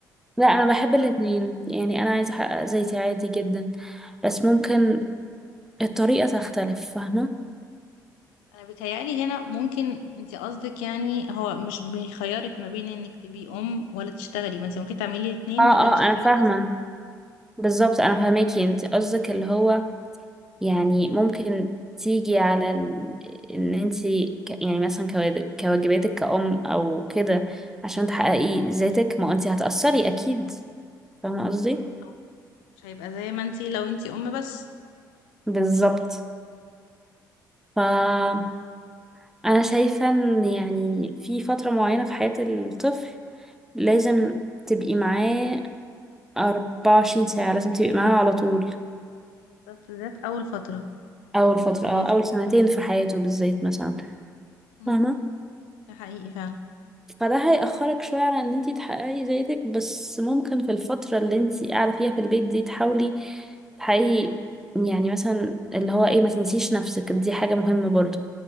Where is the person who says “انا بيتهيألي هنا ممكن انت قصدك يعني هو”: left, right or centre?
Left